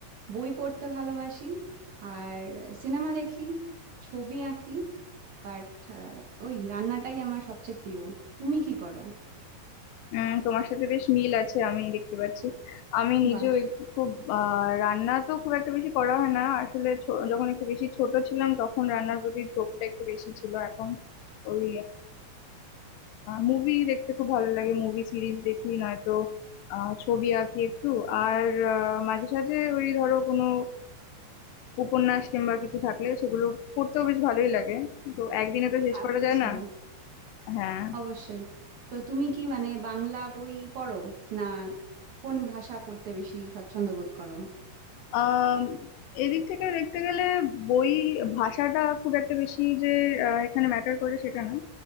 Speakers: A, on the right; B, on the left.
A: বই পড়তে ভালোবাসি আর সিনেমা দেখি ছবি আঁকি বাট ওই রান্নাটাই আমার সবচেয়ে প্রিয় তুমি কি করো
B: উম, তোমার সাথে বেশ মিল আছে আমি দেখতে পাচ্ছি আমি নিজেও
A: বাহ
B: এক- খুব আহ, রান্না তো খুব একটা বেশি করা হয় না আসলে ছো- যখন একটু বেশি ছোট ছিলাম তখন রান্নার প্রতি ঝোঁকটা একটু বেশি ছিল এখন ওই মুভি দেখতে খুব ভালো লাগে মুভি সিরিজ দেখি নয়তো আহ, ছবি আঁকি একটু আর আহ, মাঝে সাঝে ওই ধরো কোনো উপন্যাস কিংবা কিছু থাকলে সেগুলো পড়তেও বেশ ভালোই লাগে তো একদিনে তো শেষ
A: আচ্ছা
B: করা যায় না হ্যাঁ
A: অবশ্যই তো তুমি কি মানে বাংলা বই পড়ো না কোন ভাষা পড়তে বেশি স্বচ্ছন্দ বোধ করো
B: আম, এদিক থেকে দেখতে গেলে বই ভাষাটা খুব একটা বেশি যে আহ, এখানে ম্যাটার করে সেটা না